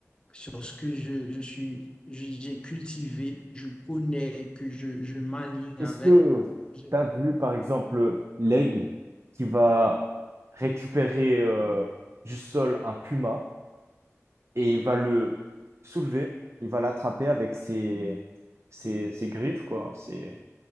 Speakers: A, on the left; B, on the right.
A: sur ce que je, je suis, je- j'ai cultivé, je connais, que je, je m'aligne
B: Est-ce
A: avec,
B: que
A: je-
B: tu as vu, par exemple, l'aigle qui va récupérer euh, du sol un puma et il va le soulever, il va l'attraper avec ses, ses, ses griffes, quoi. c'est